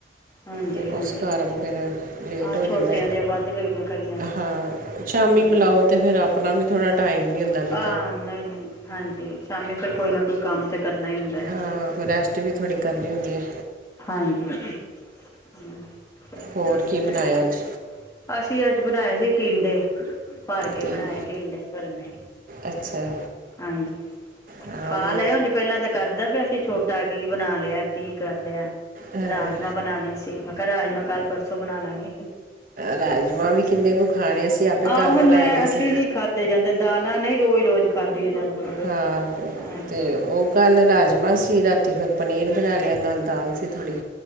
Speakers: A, on the left; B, on the right.
A: ਹਾਂਜੀ
B: ਤੇ,
A: ਹਾਂਜੀ
B: ਉਸ ਕਾਰਨ ਫਿਰ ਲੇਟ
A: ਆਹ
B: ਹੋ
A: ਛੋਟਿਆਂ
B: ਜਾਂਦਾ
A: ਦੀਆਂ ਵੱਧ ਗਈ ਦੀਆਂ ਕਈਆਂ ਦੀ
B: ਹਾਂ ਸ਼ਾਮੀ
A: ਹਮ
B: ਬੁਲਾਉ, ਤੇ ਫਿਰ ਆਪਣਾ ਵੀ ਥੋੜਾ ਟਾਈਮ ਨਹੀਂ ਹੁੰਦਾ ਨ
A: ਹਾਂ, ਨਹੀਂ- ਨਹੀਂ ਹਾਂਜੀ ਸ਼ਾਮੀ ਫਿਰ ਕੋਈ ਨਾ ਕੋਈ ਕੰਮ ਤਾਂ ਕਰਨਾ ਹੀ ਹੁੰਦਾ।
B: ਹ, ਰੈਸਟ ਵੀ ਥੋੜ੍ਹੀ ਕਰਨੀ ਹੁੰਦੀ ਹੈ।
A: ਹਾਂਜੀ, ਹੂੰ, ਚਲੋ
B: ਹੋਰ ਕੀ ਬਣਾਇਆ ਅੱਜ
A: ਅਸੀਂ ਅੱਜ ਬਣਾਏ ਸੀ, ਟਿੰਡੇ ਭਰ ਕੇ
B: ਕੀ
A: ਬਣਾਏ ਟਿੰਂਡੇ ਭਰਵੇਂ
B: ਅੱਛਾ
A: ਹਾਂਜੀ,
B: ਹਾਂ
A: ਖਾ
B: ਉਹ ਵੀ
A: ਲਏ ਉੰਝ ਪਹਿਲਾਂ ਤਾਂ, ਕਰਦਾ ਪਿਆ ਸੀ ਛੋਟਾ, ਕੀ ਬਣਾ ਲਿਆ ਕੀ ਕਰ ਲਿਆ
B: ਹਾਂ
A: ਰਾਜਮਾਂ ਬਣਾਣੇ ਸੀ, ਮੈਂ ਕਿਹਾ, ਰਾਜਮਾਂ ਕੱਲ ਪਰਸੋਂ ਬਣਾ ਲਾਂਗਰੀ।
B: ਰਾਜਮਾਂ ਵੀ ਕਿੰਨੇ ਕੁ ਖਾਣੇ, ਅਸੀਂ ਆਪੇ
A: ਆਹੋ
B: ਕੱਲ ਬਣਾਏ
A: ਮੈਂ
B: ਦੇ
A: ਅਸੀਂ
B: ਸੀ।
A: ਨੀ ਖਾਧੇ ਜਾਂਦੇ, ਦਾਲਾਂ ਨਹੀਂ ਰੋਜ਼ ਰੋਜ਼ ਖਾਧੀਆਂ ਜਾਂਦੀਆਂ। ਬਈ।
B: ਹਾਂ,
A: ਹਾਂ
B: ਤੇ ਉਹ ਕੱਲ੍ਹ ਰਾਜਮਾਂ ਸੀ, ਰਾਤੀ ਫਿਰ ਪਨੀਰ ਬਣਾ ਲਿਆ ਨਾਲ ਦਾਲ ਸੀ। ਤੇ ਥੋੜੀ